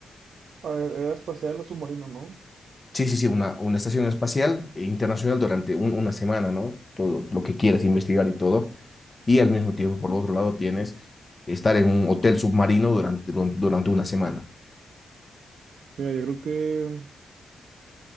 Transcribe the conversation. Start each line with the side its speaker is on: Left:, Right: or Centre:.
Right: A ver, era espacial o submarino, ¿no?
Left: Sí, sí, sí, una, una estación espacial eh, internacional durante un- una semana, ¿no? Todo lo que quieres investigar y todo. Y al mismo tiempo, por el otro lado, tienes estar en un hotel submarino durante, durante una semana.
Right: Mira, yo creo que,